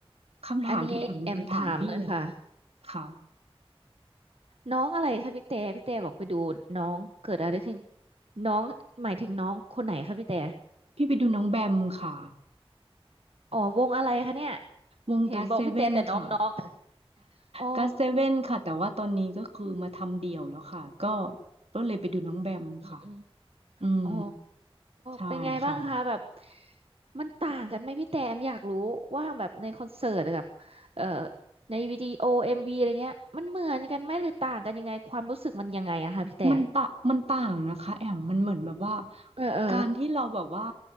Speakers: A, on the right; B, on the right.
A: คำถามที่แอมถามพี่อะค่ะ
B: อันนี้แอมถามหน่อยค่ะ
A: ค่ะ
B: น้องอะไรคะพี่แต่พี่แต่บอกไปดูน้องเกิดอะไรขึ้นน้องหมายถึงน้องคนไหนคะพี่แต่
A: พี่ไปดูน้องแบมค่ะ
B: อ๋อวงอะไรคะเนี่ย
A: วงการเซเว่นค่ะ
B: เห็นบอกพี่แต่แต่น้องน้องอ๋อ
A: ก็เซเว่นค่ะแต่ว่าตอนนี้ก็คือมาทำเดี่ยวแล้วค่ะก็ก็เลยไปดูน้องแบมค่ะ
B: อืมอืม
A: อืม
B: อ๋อ
A: ใช่ค่ะ
B: เป็นไงบ้างคะแบบมันต่างกันไหมพี่แต่มอยากรู้ว่าแบบในคอนเสิร์ตกับเอ่อในวิดีโอเอ็มวีอะไรเงี้ยมันเหมือนกันไหมหรือต่างกันยังไงความรู้สึกมันยังไงอะคะพี่แต่
A: มันตะมันต่างนะคะแอมมันเหมือนแบบว่า
B: เออเออ
A: การที่เราแบบว่า